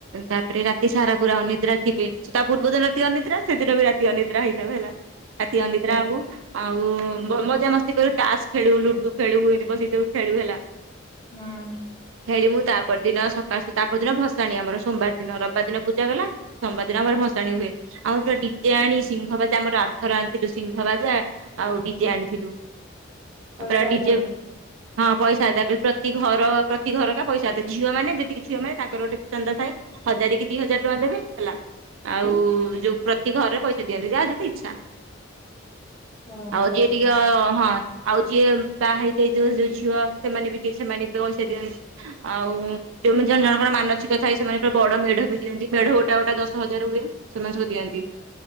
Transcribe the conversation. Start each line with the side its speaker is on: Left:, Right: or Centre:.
Right: ତାପରେ ରାତି ସାରା ପୁରା ଅନିଦ୍ରା ଥିବେ, ତା ପୂର୍ବ ଦିନ ରାତି ଅନିଦ୍ରା ସେଦିନ ବି ରାତି ଅନିଦ୍ରା ହେଇଥାଉ ହେଲା। ରାତି ଅନିଦ୍ରା ହବୁ। ଆଉ ଭ ମଜାମସ୍ତି କରୁ ତାସ୍ ଖେଳୁ ଲୁଡୁ ଖେଳୁ ଏମିତି ବସିକି ସବୁ ଖେଳୁ ହେଲା।
Left: ହୁଁ।
Right: ଖେଳିମୁୁ ତାପର ଦିନ ସକାଳ ତାପର ଦିନ ଭସାଣି ଆମର, ସୋମବାର ଦିନ ରବିବାର ଦିନ ପୂଜା ଗଲା। ସୋମବାର ଦିନ ଆମର ଭସ୍ ସାଣି ହୁଏ। ଆମର ପୁରା ଡିଜେ ଆଣି ସିଂହବାଜା ଆମର ଆର୍ଥର ଆଣିଥିଲୁ ସିଂହବାଜା। ଆଉ
Left: ହୁଁ
Right: ଡିଜେ ଆଣିଥିଲୁ,
Left: ପଇସା
Right: ଆ ପୁରା
Left: ଆଦାୟ
Right: ଡିଜେ
Left: କରି
Right: ହଁ ପଇସା ଦେବେ ପ୍ରତି ଘର ପ୍ରତି ଘର କା ପଇସା ଦେବେ ଝିଅ ମାନେ ଯେତିକି ଝିଅ ମାନେ ତାଙ୍କର ଗୋଟେ ଚାନ୍ଦା ଥାଏ ହଜାରେ କି ଦି ହଜାରେ ଟଙ୍କା ଦେବେ ହେଲା ଆ ଆଉ ଯୋଉ ପ୍ରତି ଘରେ ପଇସା ଦିଅନ୍ତି ଯାହାର ଯେତେ ଇଚ୍ଛା।
Left: ଓହୋ।
Right: ଆଉ ଯିିଏ ବି ଝିଅ ହଁ ଆଉ ଯିଏ ବାହା ହେଇଯାଇଥିଵ ଯୋଉ ଝିଅ ସେମାନେ ବି ଟିକେ ସେମାନେ ପଇସା ଦିଅନ୍ତି। ଆଉ ଯୋଉ ମ ଜଣ ଜଣଙ୍କର ମାନସିକ ଥାଏ ସେମାନେ ପୁରା ବଡ ମେଢ ବି ଦିଅନ୍ତି। ମେଢ ଗୋଟା ଗୋଟା ଦଶ ହଜାର ହୁଏ ସେମାନେ ସବୁ ଦିଅନ୍ତି।